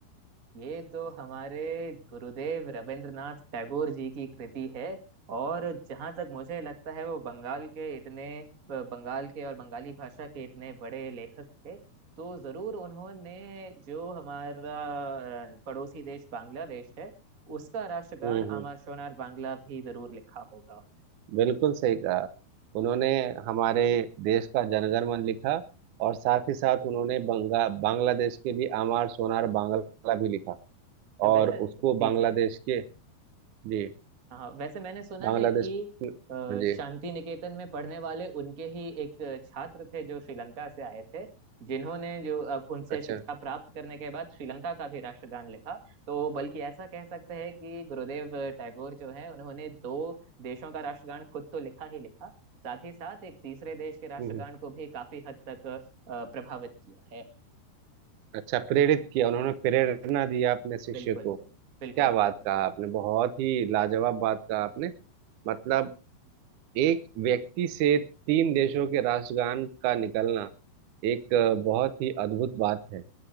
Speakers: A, on the right (about 60°); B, on the right (about 80°).
A: ये तो हमारे गुरुदेव रविंद्रनाथ टैगोर जी की कृति है और जहाँ तक मुझे लगता है वो बंगाल के इतने ब- बंगाल के और बंगाली भाषा के इतने बड़े लेखक थे तो जरूर उन्होंने जो हमारा अ, पड़ोसी देश बांग्लादेश है उसका राष्ट्रगान
B: हम्म हम्म,
A: अमर शोनार बांग्ला भी जरूर लिखा होगा
B: बिल्कुल सही कहा उन्होंने हमारे देश का जनगण मन लिखा और साथ ही साथ उन्होंने बंगा बांग्लादेश के भी आमार सोनार बांग्ला भी लिखा
A: तो
B: और
A: वैसे
B: उसको
A: जी
B: बांग्लादेश
A: जी
B: के जी
A: हाँ वैसे मैंने सुना
B: बांग्लादेश
A: है कि अ,
B: जी
A: शांति निकेतन में पढ़ने वाले उनके ही एक छात्र थे जो श्रीलंका से आए थे जिन्होंने जो अब उनसे
B: अच्छा
A: शिक्षा प्राप्त करने के बाद श्रीलंका का भी राष्ट्रगान लिखा तो बल्कि ऐसा कह सकते हैं कि गुरुदेव टैगोर जो है उन्होंने दो देशों का राष्ट्रगान खुद तो लिखा ही लिखा साथ ही साथ एक तीसरे देश के राष्ट्रगान
B: हम्म हम्म,
A: को भी काफी हद तक अ, प्रभावित किया है
B: अच्छा प्रेरित किया उन्होंने
A: जी
B: प्रेरणा
A: जी जी
B: दिया अपने शिष्य
A: बिल्कुल
B: को
A: बिल्कुल
B: क्या
A: बिल्कुल
B: बात
A: बिल्कुल
B: कहा आपने बहुत ही लाजवाब बात कहा आपने मतलब एक व्यक्ति से तीन देशों के राष्ट्रगान का निकलना एक अ, बहुत ही अद्भुत बात है